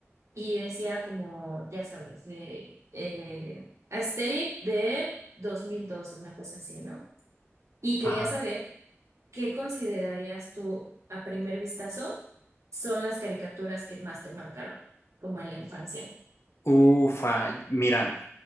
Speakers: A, on the right (about 80°); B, on the left (about 65°).
A: y decía como, ya sabes, de eh, Asterix de 2012, una cosa así, ¿no? Y quería
B: Ajá.
A: saber qué considerarías tú a primer vistazo son las caricaturas que más te marcaron, como en la infancia.
B: Ufa, mira,